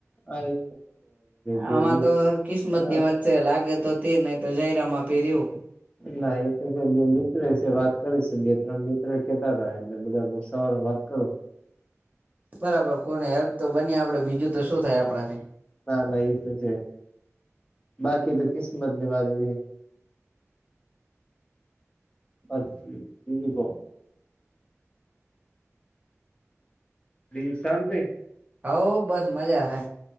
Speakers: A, on the left; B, on the right.
A: હા બે
B: આમાં
A: બે
B: તો કિસ્મતની
A: ના
B: વાત સે લાગે તો તીર નહી તો જય રામાં પીર એવું
A: ના એ તો છે બે મિત્ર છે વાત કરીશે બે ત્રણ મિત્ર કેહતા હતા એટલે બધા સવારે વાત કરું
B: બરાબર. કોને હેલ્પ તો બનીએ આપડે બીજું તો શું થાય આપણાને
A: ના ના એ તો છે. બાકી તો કિસ્મતની વાત કીધી. અચછ ક <unintelligible> લલીફ સન તે.
B: હઉ બસ મજા આવે,